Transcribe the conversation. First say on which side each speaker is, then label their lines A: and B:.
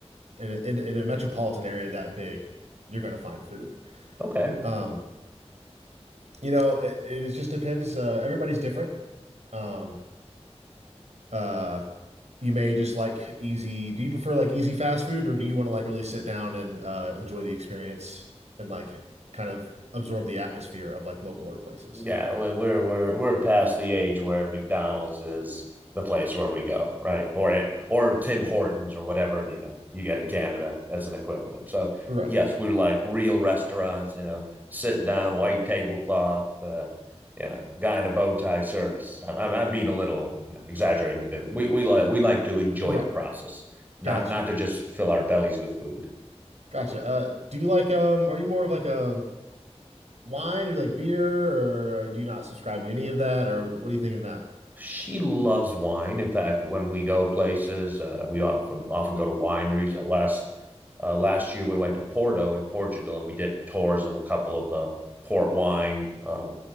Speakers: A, on the right; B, on the right.
A: in a, in, in a metropolitan area that big, you're going to find food.
B: Okay.
A: Um, you know, it, it just depends. Uh, everybody's different. Um, Uh, you may just like easy. Do you prefer like easy fast food, or do you want to like really sit down and uh, enjoy the experience and like kind of absorb the atmosphere of like localer places?
B: Yeah, we- are we're we're past the age where McDonald's is the place where we go, right? Or it- or Tim Hortons or whatever you know you get in Canada as an equivalent. So
A: Right.
B: yes, we like real restaurants, you know, sit down, white tablecloth, uh, you know, guy in a bow tie service. I'm I'm, being a little you know, exaggerating a bit. we we like we like to enjoy
A: Right.
B: the process, not
A: Gotcha.
B: not to just fill our bellies with food.
A: Gotcha. Uh, do you like um? Are you more of like a wine, or you like beer, or uh, do you not subscribe to any of that, or what do you think in that?
B: She loves wine. In fact, when we go places, uh, we often often go to wineries. Uh, last uh, last year, we went to Porto in Portugal, and we did tours of a couple of the port wine uh,